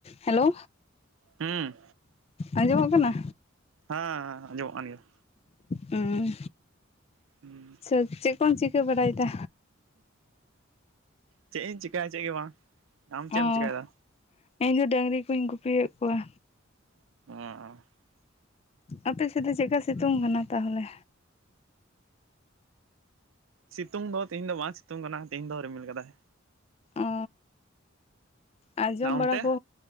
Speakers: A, on the left (about 30°); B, on the right (about 75°).
A: Hello
B: ᱦᱩᱸ
A: ᱟᱸᱡᱚᱢᱚᱜ ᱠᱟᱱᱟ?
B: ᱦᱟᱸ ᱦᱮᱸ ᱟᱸᱡᱚᱢᱚᱜ ᱠᱟᱱ ᱜᱮᱭᱟ,
A: ᱩᱸᱻ
B: <unintelligible>
A: <inaudible> ᱪᱮᱫ ᱠᱚᱢ ᱪᱤᱠᱟᱹ ᱵᱟᱲᱟᱭᱫᱟ?
B: ᱪᱮᱜ ᱤᱧ ᱪᱮᱠᱟᱭᱟ ᱪᱮᱜ ᱜᱮ ᱵᱟᱝ, ᱟᱢ
A: ᱚ
B: ᱪᱮᱫ ᱮᱢ ᱪᱮᱠᱟᱭᱫᱟ?
A: ᱤᱧ ᱫᱚ ᱰᱟᱹᱝᱨᱤ ᱠᱚᱧ ᱜᱩᱯᱤᱭᱮᱫ ᱠᱚᱣᱟ᱾
B: <unintelligible>
A: ᱟᱯᱮ ᱥᱮᱫ ᱫᱚ ᱪᱮᱜᱠᱟ ᱥᱤᱛᱩᱝ ᱠᱟᱱᱟ ᱛᱟᱦᱚᱞᱮ?
B: ᱥᱤᱛᱩᱝ ᱫᱚ ᱛᱤᱦᱤᱧ ᱫᱚ ᱵᱟᱝ ᱥᱤᱛᱩᱝ ᱠᱟᱱᱟ ᱛᱮᱦᱮᱧ ᱫᱚ ᱨᱤᱢᱤᱞ ᱠᱟᱫᱟᱭ᱾
A: ᱚ ᱟᱸ ᱡᱚᱢ
B: ᱟᱨ ᱚᱱᱛᱮ
A: ᱵᱟᱲᱟ ᱠᱚᱼᱼ